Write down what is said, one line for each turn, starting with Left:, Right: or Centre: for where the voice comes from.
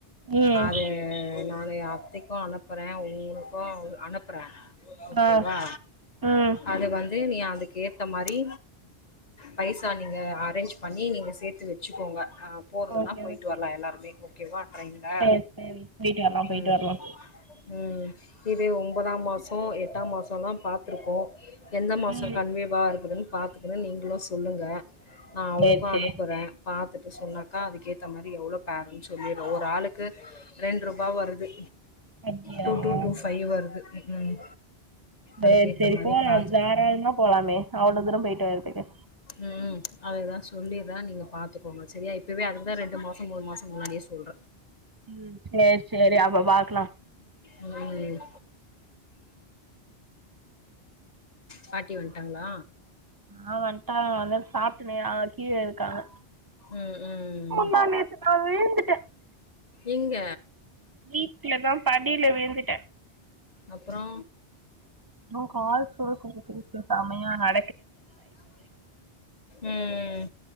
Right: ம்
Left: அது நானு அத்திக்கு அனுப்புறே உங்களுக்கு அனுப்புறே ஓகேவா
Right: ஆ ம்
Left: அது வந்து நீ அது ஏத்த மாரி பைசா ம் நீங்க அரேஞ்ச் பண்ணி நீங்க சேத்து வச்சுக்கோங்க அங் போறதுன்னா
Right: ஓகே
Left: போயிட்டு
Right: ஓகே
Left: வரலா எல்லாருமே ஓகேவா ட்ரெயின்ல?
Right: சேரி சேரி போய்ட்டு வரலா போயிட்டு
Left: ம்.
Right: வரலா
Left: ம். இது ஒம்பதா மாசம் எட்டா மாசம் எல்லாம் பாத்திருக்கோம் எந்த மாசம்
Right: ம்
Left: வேவா இருக்குதுன்னு பாத்துக்கெ நீங்களும் சொல்லுங்க நான் அவளுக்கும்
Right: சேரி சேரி
Left: அனுப்புறே பாத்து சொன்னாக்கா அதுக்கேத்த மாதிரி எவ்ளோ பேர்ன்னு சொல்லிடு ஒரு ஆளுக்கு ரெண்ரூபா வருது
Right: அப்டியா
Left: டூ டூ டூ ஃபைவ் வருது ம் ம்
Right: செரி
Left: அதுக்கேத்த
Right: செரி
Left: மாரி
Right: போலா
Left: பார்த்து
Right: தாராளமா போலாமே அவ்ளோ தூரம் போயிட்டு வறதுக்கு
Left: ம் அதைதா சொல்லிறே நீங்க பாத்துக்கோங்க சரியா இப்பவே அதுக்குதான் ரெண்டு மாசம் மூணு மாசம் முன்னாடியே சொல்ற
Right: ம் செரி செரி அப்ப பாக்லா
Left: ம் பாட்டி வந்ட்டாங்களா
Right: ஆ வன்டாக வந்துட் சாப்டுனு நேரா கீழ இருக்காங்க
Left: ம், ம்.
Right: முந்தா நேத்து நா விழுந்துட்ட
Left: இங்க
Right: வீட்டு்லதா படில விழுந்துட்ட
Left: அப்றோ
Right: உ கால் சுளுக்கு புடிச்சிகிச்சி செமயா ந
Left: ம்